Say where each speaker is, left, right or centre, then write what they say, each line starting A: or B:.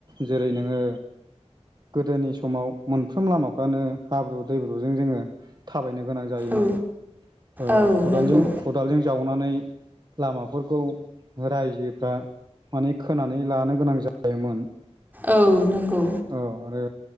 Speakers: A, on the right; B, on the right.
A: जेरै नोङो गोदोनि समाव मोनफ्रोम लामाफ्रानो हाब्रु दैब्रुजों जोङो थाबायनो गोनां जायोमोन
B: औ
A: ओ
B: औ
A: खादालजों
B: नंगौ
A: खदालजों जावनानै लामाफोरखौ रायजोफ्रा माने खोनानै लानो गोनां जायोमोन।
B: औ नोंगौ
A: औ आरो